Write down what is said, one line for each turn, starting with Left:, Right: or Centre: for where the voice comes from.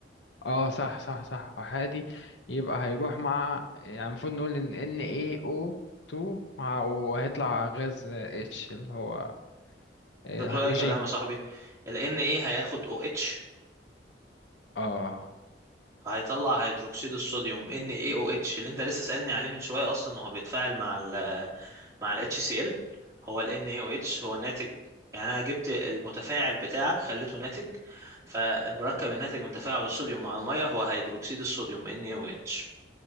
Left: اه صح صح صح احادي يبقى هيروح مع يعني المفروض نقول ان ان اي او 2 مع وهيطلع غاز اتش اللي هو آه،
Right: انت بتقول
Left: هيدروجين
Right: اي كلام يا صاحبي ال Na هياخد OH
Left: اه
Right: هيطلع هيدروكسيد الصوديوم NaOH اللي انت لسه سألني عليه من شوية اصلا وهو بيتفاعل مع ال مع ال HCl هو ال NaOH هو ناتج يعني انا جبت المتفاعل بتاعك خليته ناتج فالمركب الناتج من تفاعل الصوديوم مع المية هو هيدروكسيد الصوديوم NaOH